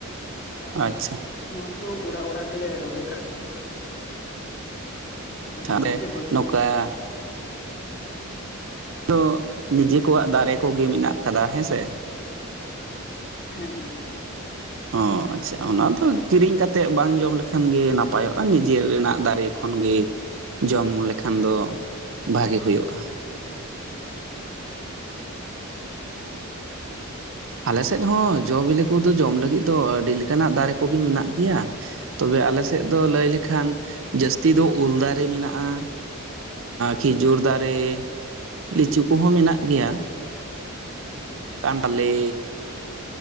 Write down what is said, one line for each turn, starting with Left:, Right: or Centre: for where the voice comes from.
Left: ᱟᱨ
Right: ᱟᱪᱪᱷᱟ
Left: ᱱᱚᱣᱟ ᱠᱚᱫᱚ ᱚᱲᱟᱜ ᱚᱲᱟᱜ ᱜᱮᱞᱮ ᱨᱚᱦᱚᱭ ᱟᱠᱟᱟᱜ ᱜᱮᱭᱟ ᱟᱨ
Right: ᱛᱟᱦᱚᱞᱮ
Left: ᱱᱚᱣᱟ ᱠᱚᱜᱮ ᱵᱟᱹᱲᱛᱤ
Right: ᱱᱚᱝᱠᱟ
Left: ᱦᱟᱸᱜ ᱠᱟᱱᱟ
Right: ᱛᱚ ᱱᱤᱡᱮ ᱠᱚᱣᱟᱜ ᱫᱟᱨᱮ ᱠᱚᱜᱮ ᱢᱮᱱᱟᱜ ᱟᱠᱟᱫᱟ ᱦᱮᱸ ᱥᱮ
Left: ᱦᱮᱸ ᱦᱮᱸ
Right: ᱚ ᱟᱪᱪᱷᱟ ᱚᱱᱟ ᱫᱚ ᱠᱤᱨᱤᱧ ᱠᱟᱛᱮᱜ ᱵᱟᱝ ᱡᱚᱢ ᱞᱮᱠᱷᱟᱱ ᱜᱮ ᱱᱟᱯᱟᱭᱚᱜ-ᱟ ᱱᱤᱡᱮᱨ ᱨᱮᱱᱟᱜ ᱫᱟᱨᱮ ᱛᱚᱠᱷᱚᱱ ᱜᱮ ᱡᱚᱢ ᱞᱮᱠᱷᱟᱱ ᱫᱚ ᱵᱷᱟᱜᱮ ᱦᱩᱭᱩᱜᱼᱟ ᱟᱞᱮ ᱥᱮᱫ ᱦᱚᱸ ᱡᱚ ᱵᱤᱞᱤ ᱠᱚᱫᱚ ᱡᱚᱢ ᱞᱟᱹᱜᱤᱫ ᱫᱚ ᱟᱹᱰᱤ ᱞᱮᱠᱟᱱᱟᱜ ᱫᱟᱨᱮ ᱠᱚᱜᱮ ᱢᱮᱱᱟᱜ ᱜᱮᱭᱟ ᱛᱚᱵᱮ ᱟᱞᱮ ᱥᱮᱫ ᱫᱚ ᱞᱟᱹᱭ ᱞᱮᱠᱷᱟᱱ ᱡᱟᱹᱥᱛᱤ ᱫᱚ ᱩᱞ ᱫᱟᱨᱮ ᱢᱮᱱᱟᱜ ᱟᱨ ᱠᱷᱤᱡᱩᱨ ᱫᱟᱨᱮ ᱞᱤᱪᱩ ᱠᱚᱦᱚᱸ ᱢᱮᱱᱟᱜ ᱜᱮᱭᱟ ᱠᱟᱱᱴᱟᱞᱮ